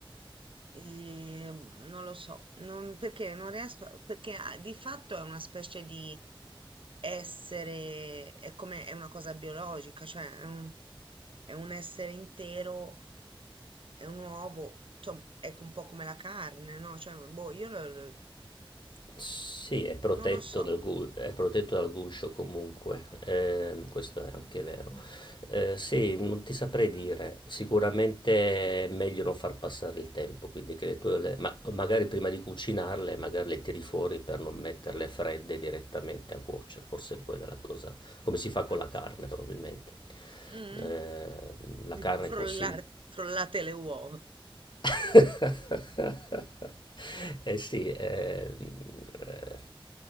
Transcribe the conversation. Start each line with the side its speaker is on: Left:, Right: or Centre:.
Right: E mm, non lo so, non- perché non riesco, perché ah, di fatto è una specie di essere, è come, è una cosa biologica, cioè è un, è un essere intero, è un uovo, insomma, è un po' come la carne, no? Cioè, boh, io lo- lo-
Left: Sì, è protetto
Right: non lo so.
Left: dal, gu- è protetto dal guscio comunque, ehm, questo è anche vero. Eh, sì, non ti saprei dire,
Right: Mm.
Left: sicuramente è meglio non far passare il tempo, quindi che le tue, le- ma magari prima di cucinarle, magari le tiri fuori per non metterle fredde direttamente a cuocere, forse quella è la cosa, come si fa
Right: Mm.
Left: con la carne probabilmente.
Right: Mm.
Left: Eh, la
Right: Tipo
Left: carne
Right: frollare,
Left: consigli
Right: frollate le uova. <laughs>
Left: <laughs> Eh sì, ehm, eh,